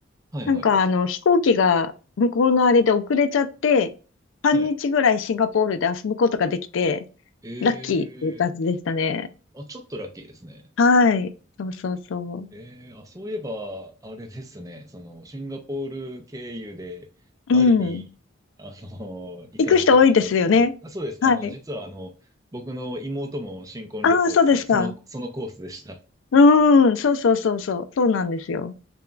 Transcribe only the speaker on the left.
なんかあの飛行機が向こうのあれで遅れちゃって、半日ぐらいシンガポールで遊ぶことができて、
ラッキーっていう感じでしたね。
はい。そうそうそ
う。
うん。
行く人多いですよね。
はい。
ああ、そうですか。
うん。そうそうそうそう。そうなんですよ。